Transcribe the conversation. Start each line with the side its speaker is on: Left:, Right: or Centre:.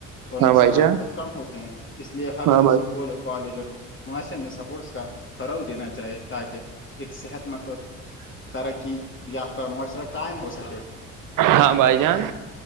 Left: اور
Right: ہاں
Left: نقصانات
Right: بھائی جان
Left: بہت کم ہوتے ہیں اس لیے ہر
Right: ہاں
Left: اسکول
Right: بھائی
Left: کالج اور معاشرے میں سپورٹس کا فروغ دینا چاہے تاکہ ایک صحت مند اور ترقی یا پرھر معاشرہ قائم ہو سکے
Right: ہاں بھائی جان